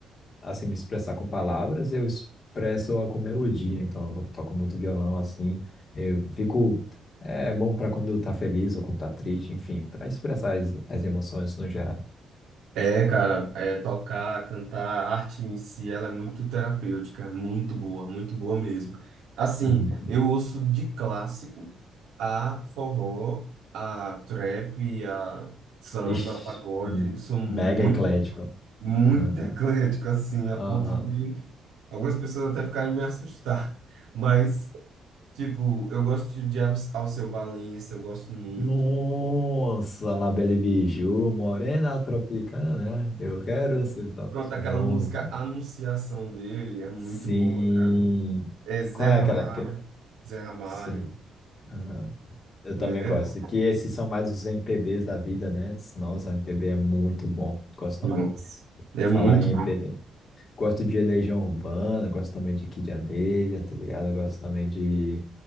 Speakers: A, on the left; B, on the right.
A: assim, me expressar com palavras, eu expresso com melodia, então eu toco muito violão, assim, eu fico, é é bom para quando tá feliz ou quando tá triste, enfim, para expressar as, as emoções no geral.
B: É, cara, é, tocar, cantar, a arte em si, ela é muito terapêutica, é muito boa, muito boa mesmo. Assim,
A: Uhum.
B: eu ouço de clássico a forró, a trap, a samba,
A: Ixi,
B: pagode, sou muito,
A: mega eclético.
B: muito
A: Aham,
B: eclético, assim, a
A: aham.
B: ponto de algumas pessoas até ficaram me assustar. Mas, tipo, eu gosto de de Al- Alceu Valença, eu gosto muito.
A: Nossa, La Belle Bijou, Morena Tropicana, é? eu quero esses olhos
B: Pronto, aquela
A: muito.
B: música Anunciação dele é muito
A: Sim.
B: boa, cara. É Zé
A: Qual é
B: Ramalho,
A: aquela que...
B: Zé Ramalho,
A: Sim. aham. Eu também
B: né?
A: gosto. Que esses são mais os MPBs da vida, né? Nossa, MPB é muito bom. Gosto também
B: Nossa, é
A: de
B: muito
A: falar em
B: bom.
A: MPB. Gosto de Legião Urbana, gosto também de Kid Abelha, tá ligado? Gosto também de.